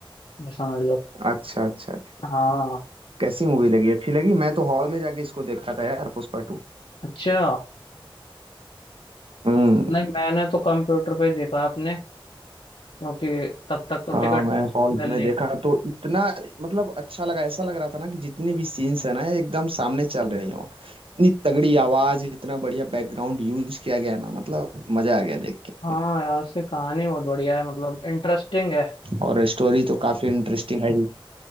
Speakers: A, on the left; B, on the right.
A: ये समझ लो
B: अच्छा अच्छा
A: हाँ
B: कैसी मूवी लगी अच्छी लगी मैं तो हॉल में जाके इसको देखा था यार पुष्पा टू
A: अच्छा
B: हम्म
A: नहीं मैंने तो कंप्यूटर पे ही देखा आपने क्योंकि तब तक तो
B: हाँ
A: टिकट
B: मैं हॉल
A: मिल
B: में
A: नहीं
B: देखा तो इतना मतलब अच्छा लगा ऐसा लग रहा था ना कि जितनी भी सीन्स है ना ये एकदम सामने चल रही हो इतनी तगड़ी आवाज इतना बढ़िया बैकग्राउंड यूज किया गया ना मतलब मजा आ गया देख के
A: हाँ यार उसकी कहानी बहुत बढ़िया है मतलब इंटरेस्टिंग है
B: और स्टोरी तो काफी इंटरेस्टिंग है ही